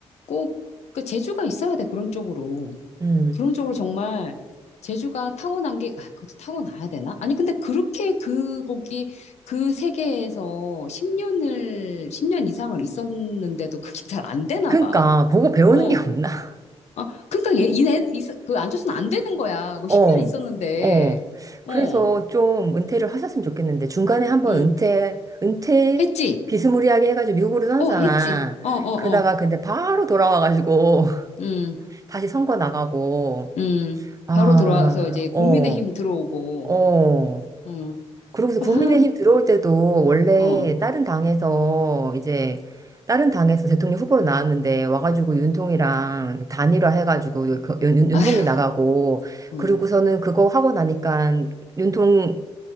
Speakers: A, on the left; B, on the right.
A: 꼭, 그, 재주가 있어야 돼, 그런 쪽으로.
B: 음.
A: 그런 쪽으로 정말, 재주가 타고난 게, 아, 그것도 타고나야 되나? 아니, 근데 그렇게 그 거기 그 세계에서 10년을, 10년 이상을 있었는데도 그게 잘 안 되나
B: 그러니까
A: 봐.
B: 보고 배우는
A: 어.
B: 게 없나? <laughs>
A: 아, 그러니까 얘, 이네, 이, 사- 그, 앉았으면 안 되는 거야. 그
B: 어,
A: 10년 있었는데.
B: 어. 그래서
A: 어,
B: 좀 은퇴를 하셨으면 좋겠는데 중간에 한번
A: 음
B: 은퇴, 은퇴
A: 했지?
B: 비스무리하게 해가지고 미국으로 떠났잖아.
A: 어, 했지? 어, 어,
B: 그러다가
A: 어.
B: 근데 바로 돌아와가지고 <laughs>
A: 음
B: 다시 선거 나가고
A: 음,
B: 아,
A: 바로 들어와서 이제
B: 어,
A: 국민의힘 들어오고,
B: 어.
A: 음,
B: 그러고서
A: 좀
B: 국민의힘
A: 하,
B: 들어올 때도 원래
A: 어,
B: 다른 당에서 이제 다른 당에서 대통령 후보로 나왔는데 와가지고 윤통이랑 단일화 해가지고 그 윤, 윤- 윤통이
A: 아,
B: 나가고
A: 음,
B: 그러고서는 그거 하고 나니까 윤통